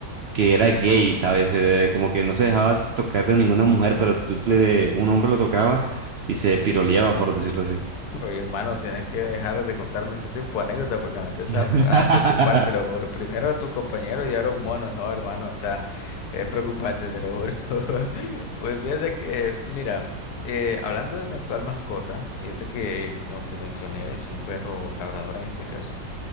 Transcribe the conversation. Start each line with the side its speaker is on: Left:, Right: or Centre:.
Right: que era gay, ¿sabes? Eh, como que no se dejaba tocar de ninguna mujer, pero tú le- un hombre lo tocaba y se piroleaba, por decirlo así.
Left: Oye, hermano, tienes que dejar de contarme ese tipo de anécdota porque me empieza
Right: <laughs>
Left: a a preocupar, te lo juro. Primero a tus compañeros y ahora a un mono, no, hermano, o sea, es preocupante, te lo juro. <laughs> Pues fíjate que, mira, eh, hablando de mi actual mascota, fíjate que, como te mencioné, es un perro labrador en este caso.